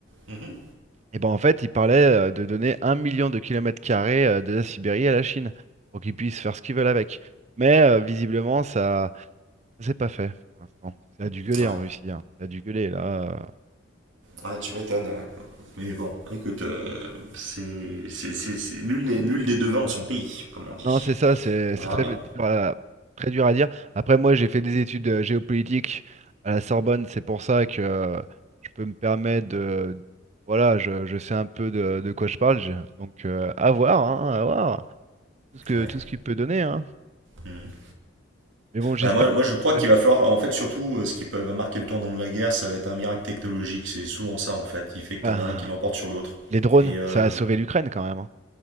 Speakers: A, on the right; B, on the right.
A: Mhm.
B: Et ben en fait, ils parlaient euh, de donner un million de kilomètres carrés euh, de la Sibérie à la Chine, pour qu'ils puissent faire ce qu'ils veulent avec. Mais euh, visiblement, ça, ça s'est pas fait pour l'instant. Ça a dû gueuler
A: Ouais.
B: en Russie, hein. Ça a dû gueuler là. euh.
A: Ouais, tu m'étonnes. ouais. Mais bon, écoute, euh, c'est... c'est- c'est- c'est- Nul, n'est- nul des devins en son pays, comme on dit.
B: Non, c'est ça, c'est
A: On
B: c'est
A: verra
B: très
A: bien.
B: dur à, très dur à dire. Après, moi, j'ai fait des études euh, géopolitiques à la Sorbonne, c'est pour ça que euh, je peux me permettre de... Voilà, je, je sais un peu de, de quoi je parle, je- donc euh, à voir, hein, à voir, tout ce que,
A: Ouais.
B: tout ce qu'il peut donner, hein.
A: Mhm.
B: Mais bon, j'espère...
A: Bah, moi, moi, je crois qu'il
B: ouais.
A: va falloir, en fait, surtout, euh, ce qui peut, va marquer le tournant de la guerre, ça va être un miracle technologique. C'est souvent ça, en fait. Il fait que
B: Ben,
A: t'en as un qui l'emporte sur l'autre.
B: les drones,
A: Et euh,
B: ça a sauvé l'Ukraine quand même, hein.